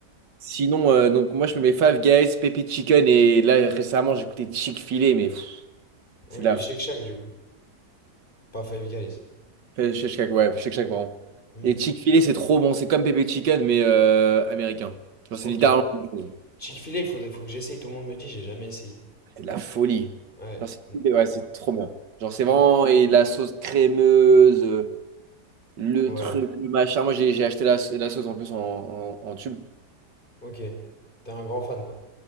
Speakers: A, on the right (about 85°); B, on the left (about 30°).
A: Sinon, euh, donc moi, je me mets Five Guys, Pepe Chicken, et là, récemment, j'ai écouté Chick-fil-A, mais pff,
B: Oui,
A: c'est de
B: et
A: la.
B: Shake Shack, du coup. Pas Five Guys.
A: f- Shake Shack, ouais, Shake Shack, pardon.
B: Hmm.
A: Et Chick-fil-A, c'est trop bon, c'est comme Pepe Chicken, mais euh, américain. Genre, c'est
B: Ok.
A: littéralement. la même chose.
B: Chick-fil-A, il faut, faut que j'essaye. Tout le monde me dit, j'ai jamais essayé.
A: C'est de la folie.
B: Ouais.
A: Genre, c'est
B: Mm,
A: ouais, c'est trop bien. Genre, c'est
B: mm,
A: vraiment. Et la sauce crémeuse. euh, Le
B: Ouais.
A: truc, le machin. Moi, j'ai j'ai acheté la, la sauce en plus en, en- en tube.
B: Ok. T'es un grand fan, quoi.